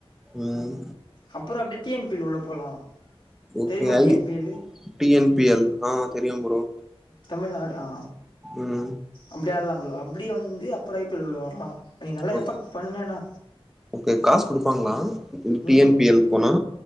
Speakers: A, in the centre; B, on the left.
A: ம்
B: அப்பறோ அப்டி டி என் பி உள்ள போலா
A: ஒகே
B: தெரியுமா
A: <unintelligible>
B: டி என் பி எல்லு
A: டி என் பி எல் ஆ தெரியு ப்ரோ
B: தமிழ்நாடு ஆ
A: ம்
B: அப்டி ஆடுல ப்ரோ அப்டியே வந்து அப்றோ ஐ பி எல் ல உள்ள வர்லா நீ நல்லா
A: ஓகே
B: எஃபெக்ட் பண்ணன்னா
A: ஓகே காசு குடுப்பாங்களா டி
B: ம்
A: என் பி எல் போனா